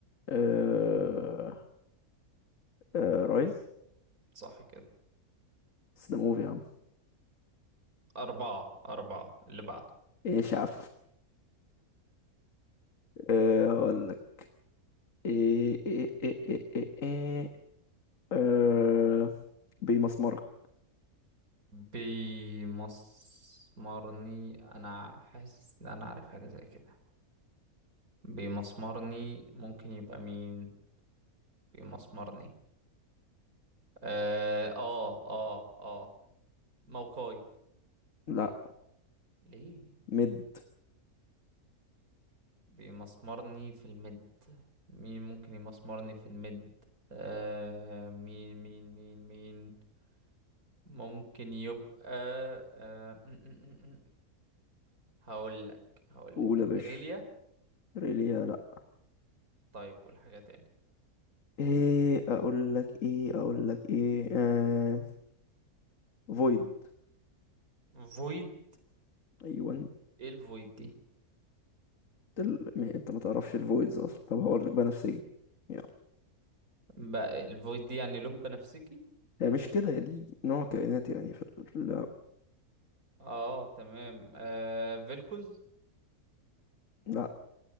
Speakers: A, on the left; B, on the right.
A: آه... آه... رايز
B: صح كده
A: بس ده موفي يا عم
B: اربعة اربعة اللي بعده
A: ايه يا شعب أه هقول لك ايه ايه ايه ايه ايه, إيه. أه بمسمرك
B: بيمسمرني انا حاسس ان انا عارف حاجة زي كده بيمسمرني ممكن يبقى مين بيمسمرني اه اه اه, آه. موقعي
A: لا
B: ليه
A: مد
B: بيمسمرني في المد مين ممكن يمسمرني في المد آه مين مين مين مين ممكن يبقى آه م- م- م- م. هقول لك هقول
A: قول
B: لك
A: يا باشا
B: إيريليا
A: ريليا لا
B: طيب قول حاجة تاني
A: ايه اقول لك ايه اقول لك ايه أه فويد
B: فويد
A: ايوه انت
B: ايه الفويد دي
A: ال... ما انت ما تعرفش الفويدز اصلا طب هقول لك بنفسجي يلا
B: بقى الفويد دي يعني لون بنفسجي
A: هي مش كده هي دي نوع كائنات يعني في ال... لا
B: اه تمام آه فيلكوز
A: لا